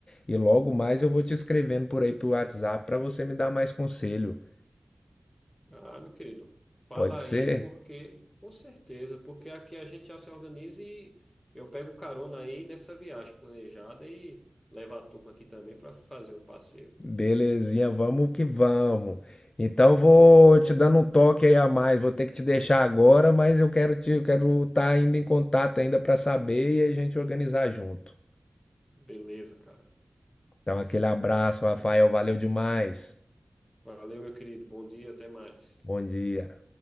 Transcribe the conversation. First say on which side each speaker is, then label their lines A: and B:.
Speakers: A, on the left; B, on the left.
A: e logo mais eu vou te escrevendo por aí pro WhatsApp para você me dar mais conselho.
B: Ah, meu querido, fala
A: Pode ser?
B: aí, porque, com certeza, porque aqui a gente já se organiza e eu pego carona aí nessa viagem planejada e levo a turma aqui também para fazer um passeio.
A: Belezinha, vamos que vamos. Então vou te dando um toque aí a mais. Vou ter que te deixar agora, mas eu quero te, eu quero estar ainda em contato ainda para saber e a gente organizar junto.
B: Beleza, cara.
A: Então aquele abraço, Rafael, valeu demais.
B: Valeu, meu querido. Bom dia, até mais.
A: Bom dia.